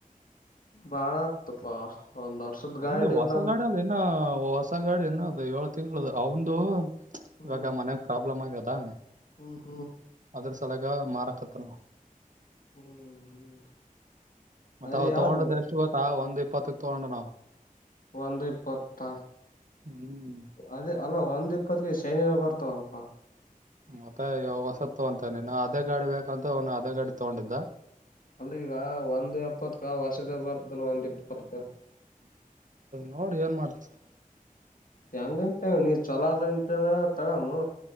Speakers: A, on the left (about 70°); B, on the right (about 60°).
A: ಬಾಳ ಆತಪಾ ಒಂದ್ ವರ್ಷದ
B: ಎಲ್ಲಿ
A: ಗಾಡಿ
B: ಹೊಸ
A: ಇಲ್ಲ ಅಂತ
B: ಗಾಡಿ ಅಲ್ಲ ಇನ್ನ ಹೊಸ ಗಾಡಿ ಇನ್ನು ಅದು ಏಳ ತಿಂಗಳ ಅವಂದು
A: ಹ್ಮ್
B: ಇವಾಗ ಮನ್ಯಾಗ ಪ್ರಾಬ್ಲಮ್ ಆಗ್ಯದ
A: ಹ್ಮ್ ಹ್ಮ್
B: ಅದ್ರ ಸಲಾಗ ಮಾರಾಕತ್ತಾನೂ
A: ಹ್ಮ್
B: ಮತ್ತ
A: ಅದೇ
B: ಅವ
A: ಯಾವ್ದ
B: ತಗೊಂಡುದು ಎಷ್ಟು ಗೊತ್ತಾ ಒಂದ್ ಇಪ್ಪತ್ತಕ್ ತುಗೊಂಡಣಾವ
A: ಒಂದು ಇಪ್ಪತ್ತ
B: ಹ್ಮ್
A: ಅದೇ ಅಲ್ಲ ಒಂದ್ ಇಪ್ಪತ್ಗೆ ಶೈನೀನ ಬರ್ತವಪ್ಪಾ
B: ಮತ್ತೆ ಇವಾಗ ಹೊಸತ್ತುಗೊಂತಿಯಾ ನೀನು ಅದೇ ಗಾಡಿ ಬೇಕಂತ ಅವನು ಅದೇ ಗಾಡಿ ತುಗೊಂಡಿದ್ದ
A: ಅಲ್ಲೀಗ ಒಂದು ಎಪ್ಪತ್ಕ ಹೊಸಾದ ಬರ್ತಲ್ಲ ಒಂದು ಇಪ್ಪತ್ಕ
B: ನೋಡ ಏನ್ ಮಾಡ್ತೀ
A: ಹೆಂಗಂತಿ ಹಂಗ್ ನೀ ಚೊಲೋದಂತ ಅಂದ್ರ ತಗಾಮೂ